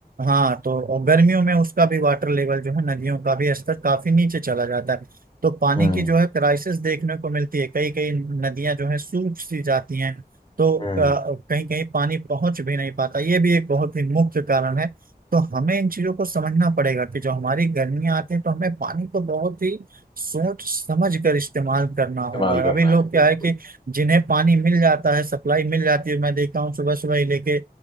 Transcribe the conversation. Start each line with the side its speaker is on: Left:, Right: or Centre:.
Right: हाँ तो और गर्मियों में उसका भी वाटर लेवल जो है नदियों का भी स्तर काफी नीचे चला जाता है तो पानी
Left: हम्म
Right: की जो है क्राइसिस देखने को मिलती है कई कई नदियां जो है सूख सी जाती हैं तो
Left: हम्म
Right: कहीं कहीं पानी पहुंच भी नहीं पाता ये भी एक बहुत ही मुख्य कारण है तो हमें इन चीजों को समझना पड़ेगा कि जो हमारी गर्मियां आती हैं तो हमें पानी को बहुत ही सोच समझ कर इस्तेमाल करना
Left: इस्तेमाल
Right: होगा
Left: करना
Right: अभी लोग
Left: है
Right: क्या
Left: बिल्कुल
Right: है कि जिन्हें पानी मिल जाता है सप्लाई मिल जाती है मैं देखता हूँ सुबह सुबह ही लेके